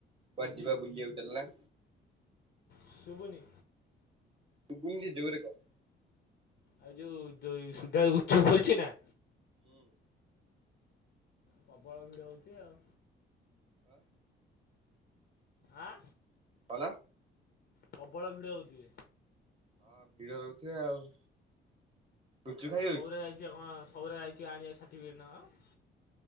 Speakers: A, on the right (about 25°); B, on the left (about 60°).
A: କୁଆଡେ ଯିବା ବୁଲିବାକୁ ଚାଲ ନା?
B: ଶୁୁବୁନି?
A: ଶୁବୁନି ଟିକେ ଜୋରରେ କହ।
B: ଆଉ ଯୋଉ ଯୋ ସୁଧା ଗୁପଚୁପ ଖୋଲିଚି ନା?
A: ହୁଁ।
B: ପ୍ରବଳ ଭିଡ଼ ହେଉଚି ଆଉ।
A: ହଁ
B: ଆଁ?
A: କଣ?
B: ପ୍ରବଳ ଭିଡ଼ ହଉଚି।
A: ହଁ ଭିଡ ରହୁଥିଏ ଆଉ। ଗୁପଚୁପ ଖାଇବ
B: ଆଉ ସୌରା
A: କି
B: ଯାଇଚି ପା କଣ ସୌରା ଯାଇଚି ଆଣିବାକୁ ସାର୍ଟିଫିକେଟ ନାଁ କଣ?